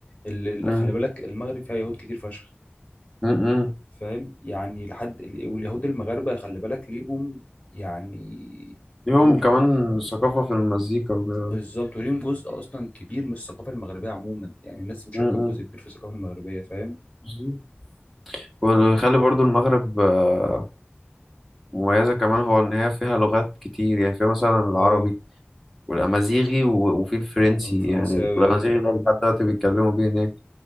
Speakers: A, on the left; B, in the centre.
A: ال- ال-
B: م-
A: خلي بالك المغرب فيها يهود كتير فشخ
B: م- م.
A: فاهم يعني لحد واليهود المغاربة خلي بالك ليهم يعني
B: ليهم
A: ليهم
B: كمان ثقافة في المزيكا وكده
A: بالظبط وليهم جزء أصلا كبير من الثقافة المغربية عموما يعني الناس مشاركة
B: م-
A: بجزء
B: م.
A: كبير في الثقافة المغربية فاهم
B: بالظبط. واللي يخلي برضو المغرب آه، مميزة كمان هو إن هي فيها لغات كتير يعني فيها مثلا العربي
A: اه
B: والأمازيغي و- وفي الفرنسي
A: الفرنساوي
B: يعني الأمازيغي
A: أيوة
B: ده لحد دلوقتي بيتكلموا بيه هناك